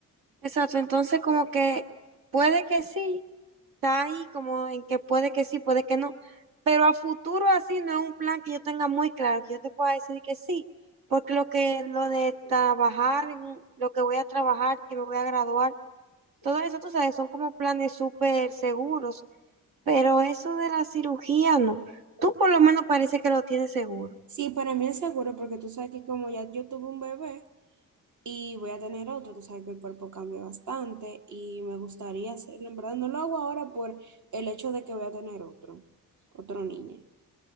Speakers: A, on the right (about 75°); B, on the right (about 55°).
A: Exacto, entonces como que puede que sí, está ahí como en que puede que sí, puede que no, pero a futuro así no es un plan que yo tenga muy claro, que yo te pueda decir que sí, porque lo que lo de trabajar, en un- lo que voy a trabajar, que me voy a graduar, todo eso, tú sabes, son como planes súper seguros, pero eso de la cirugía no. Tú por lo menos parece que lo tienes seguro.
B: Sí, para mí es seguro porque tú sabes que como ya yo tuve un bebé y voy a tener otro, tú sabes que el cuerpo cambia bastante y me gustaría hacerlo. En verdad, no lo hago ahora por el hecho de que voy a tener otro, otro niño.